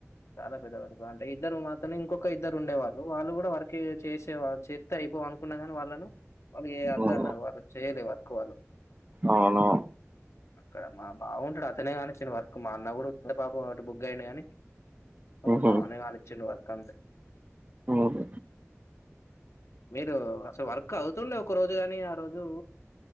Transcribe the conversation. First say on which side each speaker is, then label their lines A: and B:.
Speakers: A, on the left; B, on the right.
A: చాలా పెద్ద వరకు అంటే ఇద్దరు మాతోనే ఇంకొక ఇద్దరు ఉండే వాళ్ళు వాళ్ళు కూడా వర్క్. కే చేసేవారు చే. అయిపోవనుకున్నా కానీ వాళ్ళను వాళ్ళు వద్దు
B: ఉమ్
A: అన్నారు వాళ్ళు చేయలే వర్క్ వాళ్ళు.
B: అవును
A: ఇక్కడ మా బావుంటాడు అతనే కాని. ఇచ్చిన వర్క్ మా అన్న కూడా పాపం. బుగ్ అయిండు గానీ. మా
B: ఉహు
A: బావనే కానిచిండు వర్క్ అంతే.
B: ఉమ్
A: మీరు అసలు వర్క్ అవుతుండే ఒ. ఒక్క రోజు కాగాని ఆ రోజు